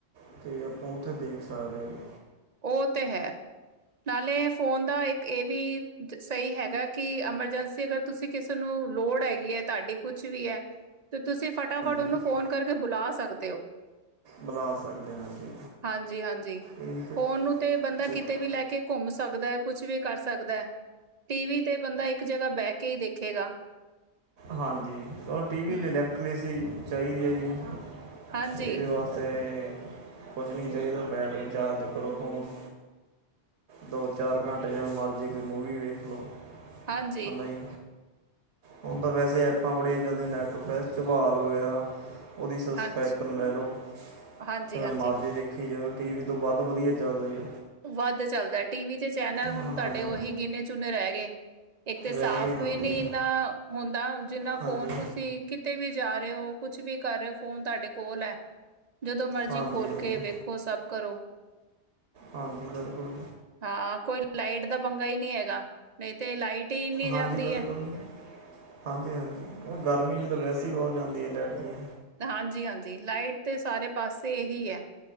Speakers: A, on the right (about 75°); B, on the right (about 50°).
A: ਅਤੇ, ਆਪਾਂ ਉੱਥੇ ਦੇਖ ਸਕਦੇ ਹੈਗੇ।
B: ਉਹ ਤੇ ਹੈ। ਨਾਲੇ ਫੋਨ ਦਾ, ਇੱਕ ਇਹ ਵੀ ਸਹੀ ਹੈਗਾ, ਕਿ ਐਮਰਜੈਂਸੀ ਅਗਰ ਤੁਸੀਂ, ਕਿਸੇ ਨੂੰ ਲੋੜ ਹੈਗੀ ਹੈ। ਤੁਹਾਡੀ ਕੁਛ ਵੀ ਹੈ ਤੇ, ਤੁਸੀਂ ਫਟਾਫਟ, ਉਹਨੂੰ
A: ਹਾਂਜੀ
B: ਫੋਨ ਕਰਕੇ ਬੁਲਾ ਸਕਦੇ ਹੋ।
A: ਬੁਲਾ, ਸਕਦੇ ਹਾਂ ਜੀ।
B: ਹਾਂਜੀ-ਹਾਂਜੀ।
A: ਇਹੀ ਤਾਂ
B: ਫੋਨ ਨੂੰ, ਤੇ ਬੰਦਾ
A: ਇਹ-
B: ਕਿਤੇ ਵੀ ਲੈ ਕੇ ਘੁੰਮ ਸਕਦਾ ਹੈ। ਕੁਛ ਵੀ ਕਰ ਸਕਦਾ ਹੈ। ਟੀਵੀ ਤੇ, ਬੰਦਾ ਇੱਕ ਜਗ੍ਹਾ ਬਹਿ ਕੇ ਹੀ ਦੇਖੇਗਾ।
A: ਹਾਂਜੀ, ਉਹ ਟੀਵੀ
B: ਹੂੰ,
A: ਲਈ ਇਲੈਕਟ੍ਰੇਸੀ ਚਾਹੀਦੀ ਹੈ ਜੀ,
B: ਹਾਂਜੀ।
A: ਤੇ ਇਹਦੇ ਵਾਸਤੇ ਤੇ ਕੁਛ ਨਹੀਂ ਚਾਹੀਦਾ, ਬੈਟਰੀ ਚਾਰਜ ਕਰੋ ਫੋਨ- ਦੋ -ਚਾਰ ਘੰਟੇ, ਜਿਵੇਂ ਮਰਜ਼ੀ ਕੋਈ ਮੂਵੀ ਵੇਖ ਲਓ।
B: ਹਾਂਜੀ,
A: ਹ, ਨਹੀ, ਹੁਣ ਤਾਂ ਵੈਸੇ ਐਪਾਂ, ਬੜੀਆਂ ਚੱਲਦੀਆਂ, ਨੈੱਟ ਫਲੈਸ, ਝਬਾਲ ਵਗੈਰਾ। ਉਹਦੀ ਸਬਸਕ੍ਰਾਈਬਰ
B: ਹਾਂਜੀ,
A: ਲੈ ਲਓ,
B: ਹਾਂਜੀ-ਹਾਂਜੀ।
A: ਫਿਰ ਮੈਂ ਮਾਰਜ਼ੀ ਦੇਖ ਦੇਖੀ ਜਦੋਂ ਟੀ ਵੀ ਤੋਂ ਵੱਧ ਵਧੀਆ ਚੱਲਦਾ ਜੀ।
B: ਵੱਧ ਚੱਲਦਾ। ਟੀ ਵੀ ਚ ਚੈਨਲ
A: ਹਾਂ
B: ਹੁਣ ਤੁਹਾਡੇ
A: ਹਾਂ,
B: ਉਹੀ ਗਿਨੇ -ਚੁਨੇ ਰਹਿ ਗਏ। ਏਕ ਤੇ ਸਾਫ਼
A: ਰਹਿ ਗਏ ਹਾਂਜੀ
B: ਵੀ ਨੀ ਇੰਨਾ ਹੋਂਦਾ, ਜਿੰਨਾ
A: ਹਾਂਜੀ
B: ਫੋਨ ਤੁਸੀ ਕਿੱਤੇ ਵੀ ਜਾ ਰੇਓ, ਕੁਛ ਵੀ ਕੱਰ ਰੇਓ, ਫੋਨ ਤਾਡੇ ਕੋਲ ਐ, ਜਦੋ ਮਰਜੀ
A: ਹਾਂਜੀ
B: ਖੋਲ
A: ਹਾਂਜੀ
B: ਕੇ ਵੇਖ ਉਹ ਸਭ ਕਰੋ
A: ਹਾਂਜੀ, ਬਿਲਕੁਲ।
B: ਹਾਂ, ਕੋਈ ਲਾਈਟ ਦਾ ਪੰਗਾ ਈ ਨੀ ਹੈਗਾ, ਨਈ ਤੇ ਲਾਈਟ ਈ ਇੰਨੀ ਜਾਂਦੀ
A: ਹਾਂਜੀ ਬਿਲਕੁਲ
B: ਐ।
A: ਜੀ। ਹਾਂਜੀ, ਹਾਂਜੀ, ਹੁਨ ਗਰਮੀ ਚ ਤਾ ਵੈਸੇ ਈ ਬੋਤ ਜਾਂਦੀ ਏ ਲਾਈਟ ਜੀ।
B: ਹਾਂਜੀ, ਹਾਂਜੀ ਲਾਈਟ ਤੇ ਸਾਰੇ ਪਾਸੇ ਏਹੀ ਹੈ,